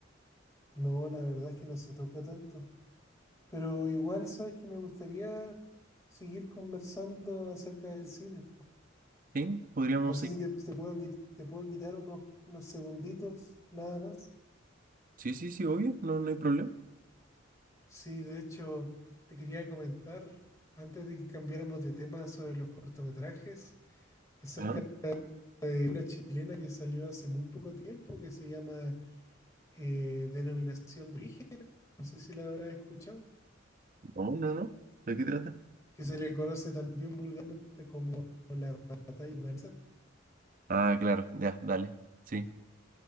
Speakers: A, on the left; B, on the right.
A: No, la verdad es que no se toca tanto. Pero igual, sabes que me gustaría seguir conversando acerca del cine.
B: ¿Sí? ¿Podríamos
A: No sé
B: seguir?
A: si te, te puedo, qui- te puedo quitar unos, unos segunditos, nada más.
B: Sí, sí, sí, obvio, no, no hay problema.
A: Sí, de hecho, te quería comentar, antes de que cambiáramos de tema sobre los cortometrajes, acerca
B: Ah,
A: de una chilena que salió hace muy poco tiempo, que se llama eh, Denominación de Origen, no sé si la habrás escuchado,
B: no, no, no. ¿De qué trata?
A: que se le conoce también vulgarmente como La Batalla Unganesa.
B: Ah, claro, ya, dale. Sí,